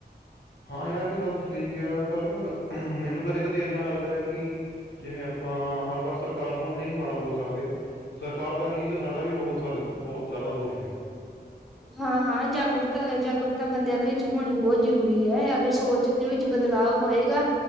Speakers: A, on the left; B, in the centre.
A: ਹਾਂ ਯਾਰ ਇਹ ਤਾਂ ਤੁ ਸਹੀ ਕਿਆ, ਪਰ ਮੈਨੂੰ ਕਦੇ ਕਦੇ ਏਦਾਂ ਲੱਗਦਾ ਐ ਕਿ ਜਿਵੇਂ ਆਪਾਂ ਹਰ ਵਾਰ ਸਰਕਾਰ ਨੂੰ ਨਹੀਂ ਮਾੜਾ ਬੋਲ ਸਕਦੇ। ਸਰਕਾਰ ਦਾ ਨੀ ਏਚ ਸਾਡਾ ਵੀ ਬਹੁਤ ਸਾਰੇ ਬਹੁਤ ਜ਼ਿਆਦਾ ਦੋਸ਼ ਐ।
B: ਹਾਂ-ਹਾਂ, ਜਾਗੁਰਤਾ ਅ ਜਾਗੁਰਤਾ ਬੰਦਿਆਂ ਦੇ ਵਿੱਚ ਹੋਣੀ ਬਹੁਤ ਜ਼ਰੂਰੀ ਐ, ਅਗਰ ਸੋਚ ਦੇ ਵਿੱਚ ਬਦਲਾਵ ਹੋਏਗਾ,